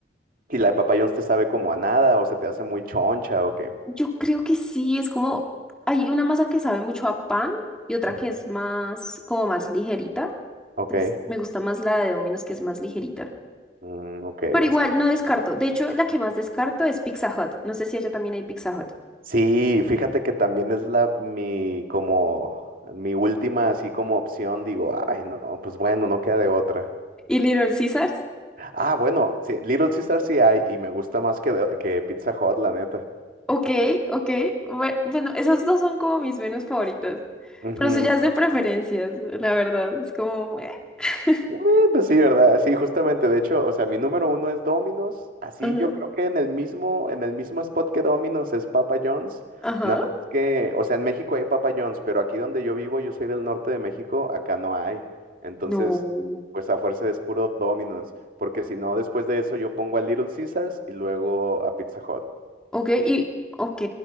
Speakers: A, on the right; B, in the centre.
A: ¿Y la de Papa John's te sabe como a nada o se te hace muy choncha o qué?
B: Yo creo que sí, es como, hay una masa que sabe mucho a pan y otra
A: Mm,
B: que es más, como más ligerita.
A: Ok.
B: Entonces, me gusta más la de Domino's que es más ligerita.
A: Mm, ok,
B: Pero igual,
A: es que
B: no descarto. De hecho, la que más descarto es Pizza Hut. No sé si allá también hay Pizza Hut.
A: sí, fíjate que también es la mi como mi última así como opción, digo, ay no, pues bueno, no queda de otra.
B: ¿Y Little Caesars?
A: Ah, bueno, sí, Little Caesar sí hay y me gusta más que, de- que Pizza Hut, la neta.
B: Ok, ok. bue- Bueno, esas dos son como mis menos favoritas.
A: Ujú.
B: Pero eso ya es de preferencias, la verdad. Es como... eh. <laughs>
A: Eh, pues sí, ¿verdad? Sí, justamente, de hecho, o sea, mi número uno es Domino's, así
B: Ajá.
A: yo creo que en el mismo, en el mismo spot que Domino's es Papa John's,
B: Ajá.
A: nada más que, o sea, en México hay Papa John's, pero aquí donde yo vivo, yo soy del norte de México, acá no hay, entonces,
B: No.
A: pues a fuerza es puro Domino's, porque si no, después de eso yo pongo a Little Caesars y luego a Pizza Hut.
B: Ok, y, ok.